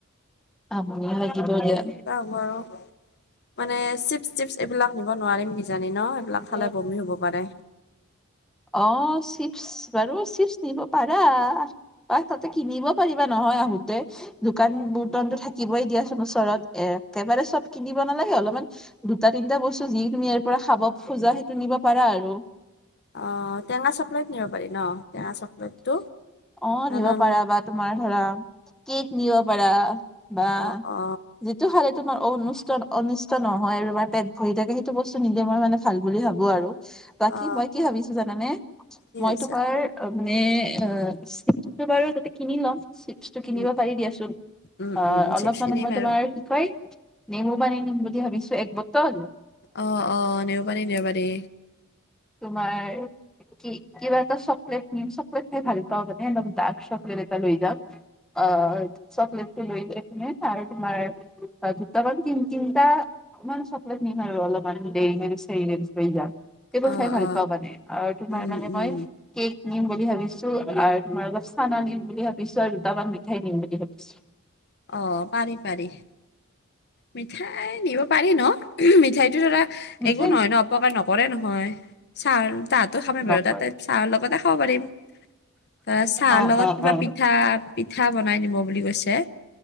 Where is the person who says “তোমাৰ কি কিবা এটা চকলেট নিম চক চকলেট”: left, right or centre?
Centre